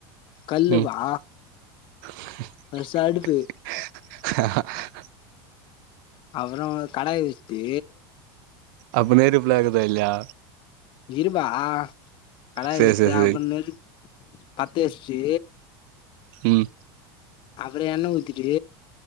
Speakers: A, on the left (about 45°); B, on the right (about 65°).
A: கல்லு
B: ம்
A: வா
B: <inaudible>
A: <unintelligible> அடுப்பு
B: <unintelligible> ஆ ஆ
A: அப்றோ ஒரு கடாய் வச்ட்டு
B: அப்ப நேர ஃபுல்லாக்குதா இல்லயா
A: இருபா ஆ கடாய்
B: சேரி
A: வெச்சு
B: சேரி சேரி
A: அப்றமேலு பத்த வெஸ்ட்டு
B: ம்
A: அப்பறோ எண்ண ஊத்திட்டு